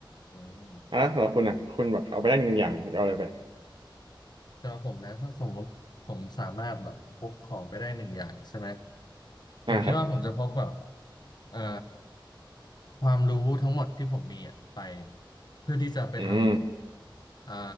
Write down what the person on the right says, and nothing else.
อ่ะแล้วสำหรับคุณอะคุณแบบเอาไปได้หนึ่งอย่างคุณจะเอาอะไรไป
อ่าครับ
อืม